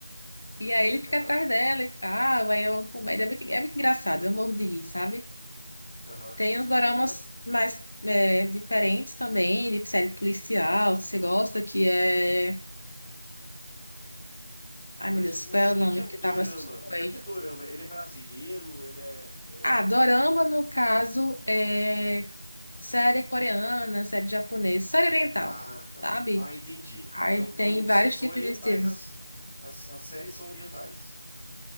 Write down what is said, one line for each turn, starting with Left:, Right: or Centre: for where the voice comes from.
Left: E aí ele fica
Centre: aham,
Left: atrás dela e tal. Aí é uma comédia. É muito, é muito engraçado, eu morro de rir, sabe?
Centre: aham.
Left: Tem uns doramas
Centre: Ma-
Left: mais é, diferentes também, de série policial, se você gosta, que é. Ai,
Centre: Mas,
Left: meu Deus,
Centre: mas,
Left: qual é
Centre: o que
Left: o nome
Centre: que é
Left: que
Centre: o Dorama?
Left: eu tava assistindo
Centre: O que
Left: aí?
Centre: que é Dorama? Ele é brasileiro? Ele é, é-
Left: Ah, dorama, no caso, é. série coreana, série japonesa, série oriental,
Centre: Ah, tá.
Left: sabe?
Centre: Ah, entendi.
Left: Aí
Centre: Então, então
Left: tem vários
Centre: s- são
Left: tipos
Centre: orientais
Left: de estilos.
Centre: as, as, as séries são orientais.